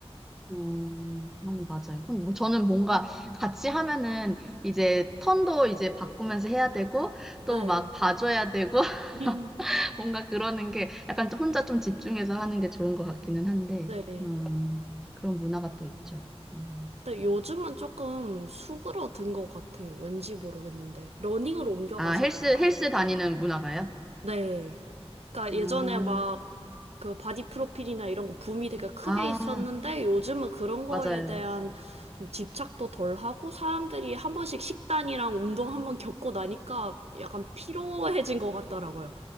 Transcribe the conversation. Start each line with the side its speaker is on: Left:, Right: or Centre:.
Centre: 음, 아니, 맞아요. 혼- 뭐 저는 뭔가 같이 하면은 이제 턴도 이제 바꾸면서 해야 되고 또
Right: 네.
Centre: 막 봐줘야 되고
Right: <laughs> 음.
Centre: <laughs> 뭔가 그러는 게 약간 또 혼자 좀 집중해서 하는 게 좋은 것 같기는 한데,
Right: 네.
Centre: 음, 그런 문화가 또 있죠. 음.
Right: 근데 요즘은 조금 수그러든 것 같아요. 왠지 모르겠는데. 러닝으로 옮겨가서
Centre: 아, 헬스,
Right: 그런가?
Centre: 헬스 다니는 문화가요?
Right: 네. 그러니까
Centre: 아,
Right: 예전에 막 그 바디 프로필이나 이런 거 붐이 되게 크게
Centre: 아,
Right: 있었는데 요즘은 그런 거에
Centre: 맞아요.
Right: 대한 좀 집착도 덜 하고 사람들이 한 번씩 식단이랑 운동 한 번 겪고 나니까 약간 피로해진 것 같더라고요.